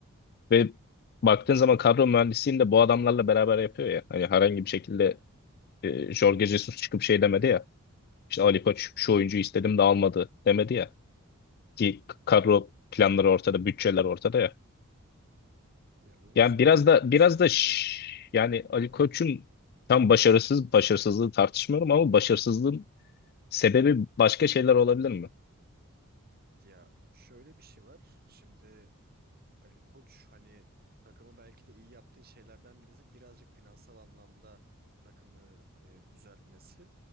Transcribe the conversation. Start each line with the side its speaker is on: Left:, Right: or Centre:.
Left: Ve baktığın zaman kadro mühendisliğini de bu adamlarla beraber yapıyor ya. Hani herhangi bir şekilde e, Jorge Jesus çıkıp şey demedi ya. İşte Ali Koç şu oyuncuyu istedim de almadı demedi ya. Ki kadro planları ortada, bütçeler ortada ya.
Right: Ya orası
Left: Yani
Right: öyle
Left: biraz
Right: onda
Left: da
Right: bir
Left: biraz
Right: sıkıntı
Left: da şş,
Right: yok.
Left: yani Ali Koç'un tam başarısız başarısızlığı tartışmıyorum ama başarısızlığın sebebi başka şeyler olabilir mi?
Right: Ya şöyle bir şey var. Şimdi Ali Koç hani takımı belki de iyi yaptığı şeylerden birisi birazcık finansal anlamda takımı e, düzeltmesi.